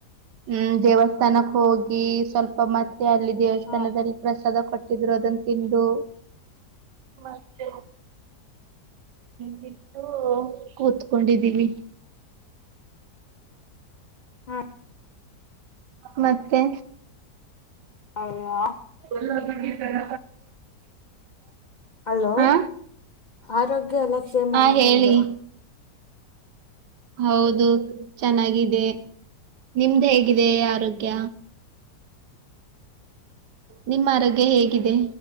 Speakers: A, on the right; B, on the left.
A: ಹ್ಮ್ ದೇವಸ್ಥಾನಕ್ಕೆ ಹೋಗಿ ಸ್ವಲ್ಪ ಮತ್ತೆ ಅಲ್ಲಿ ದೇವಸ್ಥಾನದಲ್ಲಿ
B: ಹ
A: ಪ್ರಸಾದ ಕೊಟ್ಟ. ಕೊಟ್ಟಿರೋ ಅದನ್ನ ತಿಂದು ಮತ್ತೆ. ಬಿಟ್ಟು ಕೂತ್ಕೊಂಡಿದ್ದೀವಿ.
B: ಹ್ಮ.
A: ಮತ್ತೆ.
B: ಹೌದಾ.
A: ಎಲ್ಲ ಬಿ. <unintelligible>
B: ಅಲೋ
A: ಹಾ
B: ಆರೋಗ್ಯ ಎಲ್ಲ ಕ್ಷೇಮನ
A: ಹಾ ಹೇಳಿ.
B: ನಿಮ್ದು
A: ಹೌದು ಚೆನ್ನಾಗಿದೆ. ನಿಮ್ದ್ ಹೇಗಿದೆ ಆರೋಗ್ಯ. ನಿಮ್ಮ ಆರೋಗ್ಯ ಹೇಗಿದೆ.